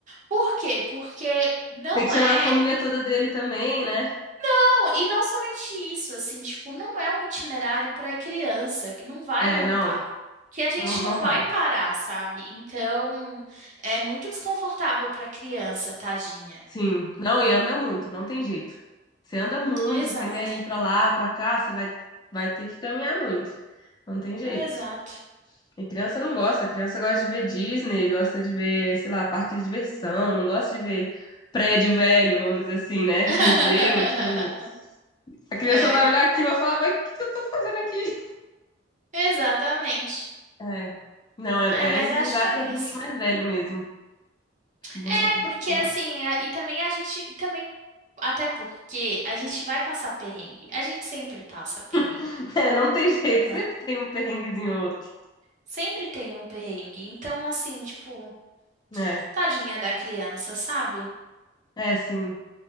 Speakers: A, on the right (about 40°); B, on the left (about 20°).
A: Por quê? Porque não
B: Tem que chamar
A: é.
B: a família toda dele também, né?
A: Não, E não somente isso, assim, tipo, não é um itinerário para criança que não vai
B: É,
A: aguentar,
B: não.
A: que a gente
B: Não,
A: não
B: não
A: vai
B: vai.
A: parar, sabe? Então, é muito desconfortável para criança, tadinha.
B: Sim. Não, e anda muito, não tem jeito. Você anda muito,
A: Exato,
B: você quer ir pra lá, pra cá, você vai, vai ter que caminhar muito. Não tem jeito.
A: exato.
B: E criança não gosta, criança gosta de ver Disney, gosta de ver, sei lá, parque de diversão, não gosta de ver prédio velho, vamos dizer assim, né?
A: <laughs>
B: Museu, tipo, a criança
A: É,
B: vai olhar aquilo e vai falar, mas o que que eu tô fazendo aqui?
A: exatamente.
B: É, não, é,
A: É, mas
B: é, esses
A: acho
B: lugares
A: que é
B: é
A: isso.
B: bom ir mais velho mesmo, bom
A: É,
B: ir adulto,
A: porque
B: sei
A: assim,
B: lá.
A: é- e também a gente, e também, até porque a gente vai passar perrengue. A gente sempre passa perrengue,
B: <laughs> É, não tem jeito,
A: né?
B: sempre tem um perrenguezinho ou outro,
A: Sempre tem um perrengue. Então, assim, tipo.
B: É.
A: Tadinha da criança, sabe?
B: É, sim.